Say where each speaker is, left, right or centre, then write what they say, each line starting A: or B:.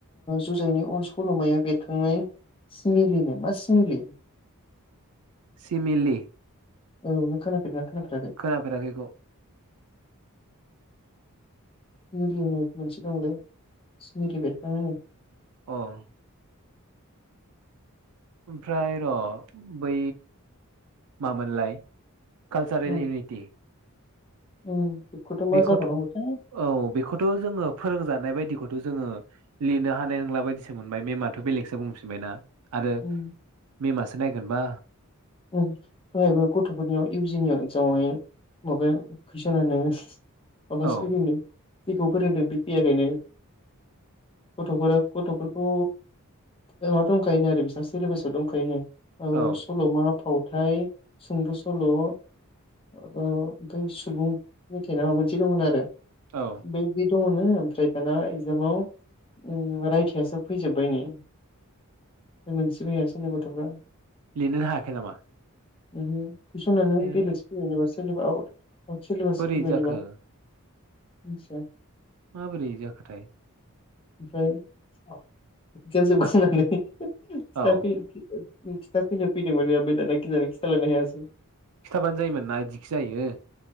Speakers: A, on the left (about 25°); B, on the right (about 80°).
A: जुजाइनि अर सल'मायाव बेरखांनाय सिमलिनो मा सिमिलि?
B: सिमलि
A: औ नों खोनाफेरदोंना खोनाफेराखै
B: खोनाफेराखैखौ
A: <unintelligible>
B: अ' ओमफ्राय र' बै मामोनलाय कालसारेल
A: मा
B: इउनिति
A: उम मा
B: बेखौथ'
A: जाबावनांगौथाय
B: औ बेखौथ' जोङो फोरोंजानाय बायदिखौथ' जोङो लिरनो हानाय नंला बायदिसो मोनबाय मेमाथ' बेलेगसो बुंफिनबाय ना आरो
A: उम
B: मिमासो नायगोनबा
A: बेहायबो गथ'फोरनियाव इउ जिनियाव एगजामावहाय माबा कुइसन होनो मा
B: औ
A: बासो फैदोंनो जेखौ फोरोंदों बे फैयाखैनो गथ'फोरा गथ'फोरखौ माबा दंखायोनो आरो बेसिबां सिलेबासाव दंखायो आ
B: औ
A: सल'मा फावथाय सुंद' सल' ओमफ्राय सुबुं मेथाइना माबा मोनसे दंमोन आरो
B: औ
A: बेदि दङनो ओमफ्राय दाना एगजामाव रायथायासो फैजोबबायनो मोनसिबो हायासैनो गथ'फ्रा।
B: लिरनो हायाखै नामा?
A: <inaudible> कुइसनानो
B: ए
A: बेलेकसो फैबायनो सेलिबाष आउट आवट सेलेबाससो
B: बोरै
A: फैबायनोबा
B: जाखो
A: मिथिया
B: माबोरै जाखोथाय?
A: ओमफ्राय इकजाम जोबखांनानै
B: औ
A: साफि खिथा फैनो फैदोंमोन आमफ्राय दाना गिनानै खिथालांनो हायासै।
B: खिथाबानो जायोमोन ना बिदिखि जायो।